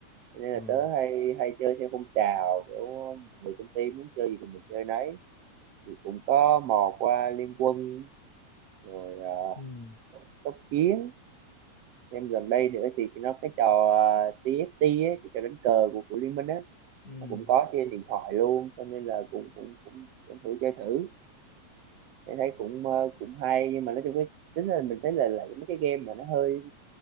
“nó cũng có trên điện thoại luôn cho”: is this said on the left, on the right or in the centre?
Right